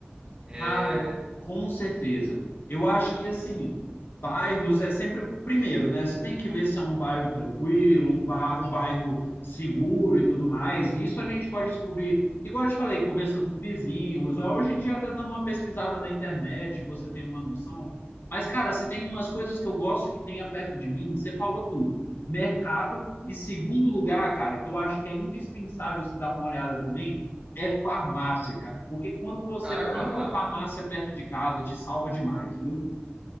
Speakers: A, on the right; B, on the left.
A: É,
B: Cara, com certeza. Eu acho que assim, bairros é sempre primeiro, né? Você tem que ver se é um bairro tranquilo, um, ba... um bairro seguro e tudo mais. E isso a gente pode descobrir, igual eu te falei, conversando com vizinhos, ou hoje em dia até dando uma pesquisada na internet, você tem uma noção. Mas, cara, se tem umas coisas que eu gosto que tenha perto de mim, você falou tudo. Mercado e segundo lugar, cara, que eu acho que é indispensável se dar uma olhada também é farmácia, cara. Porque quando você
A: caraca,
B: pega
A: farmácia.
B: uma farmácia perto de casa, te salva demais, viu?